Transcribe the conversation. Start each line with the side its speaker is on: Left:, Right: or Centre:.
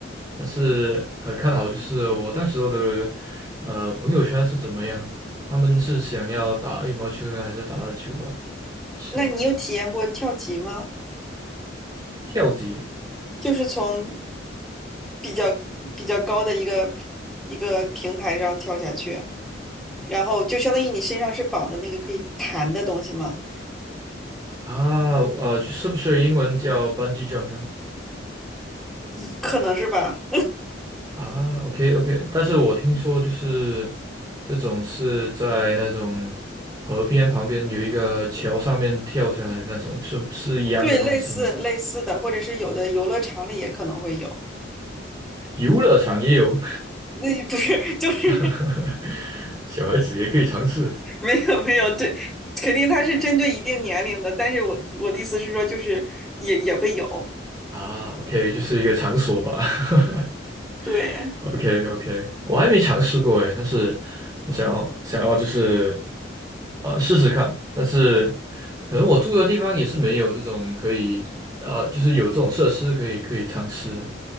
Right: 但是很看好就是我当时候的呃朋友圈是怎么样，
Centre: 嗯，
Right: 他们是想要打羽毛球呢，还是打篮球吧？是
Centre: 那你有体验过跳级吗？
Right: 跳级
Centre: 就是从比较比较高的一个一个平台上跳下去，然后就相当于你身上是绑的那个可以弹的东西吗？
Right: 啊，呃，是不是英文叫 bungee jump 呢？
Centre: 一可能是吧？
Right: 啊，OK OK，但是我听说就是这种是在那种河边旁边有一个桥上面跳下来的那种，是是一样的东西吗？
Centre: 对，类似类似的，或者是有的游乐场里也可能会有。
Right: 游乐场也有，
Centre: 那不是就是
Right: <laughs> 小孩子也可以尝试。
Centre: <laughs> 没有没有，对，肯定它是针对一定年龄的，但是我我的意思是说，就是也也会有，
Right: 啊，OK，就是一个场所吧。<laughs>
Centre: 对，
Right: o k o k 我还没尝试过诶，但是我想要想要就是呃试试看，但是可能我住的地方也是没有这种可以呃就是有这种设施可以可以尝试的。